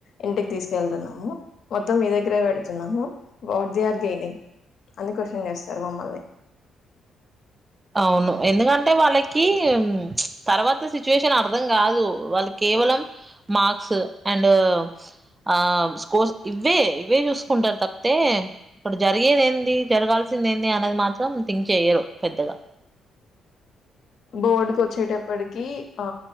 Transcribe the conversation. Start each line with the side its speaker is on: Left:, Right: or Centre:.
Left: ఇంటికి తీసుకెళ్తున్నాము మొత్తం మీ దగ్గరే పెడుతున్నాము వాట్ ది ఆర్ గెనింగ్ అని క్వశ్న్స్త సర్ మమ్మల్ని
Right: అవును ఎందుకంటే వాళ్ళకి తర్వాత సిచ్యువేషన్ అర్థం కాదు వాళ్ళకి కేవలం మార్స్ అండ్ ఆ స్కోర్స్ ఇవ్వే ఇవే చూసుకుంటారు తప్పతే అక్కడ జరిగేదంది జరగాల్సిిన ఏ అనేది మాత్రం థింక్ చేయ్యరు పెద్దగా
Left: బోర్డుకు వచ్చేటప్పటికి ఆ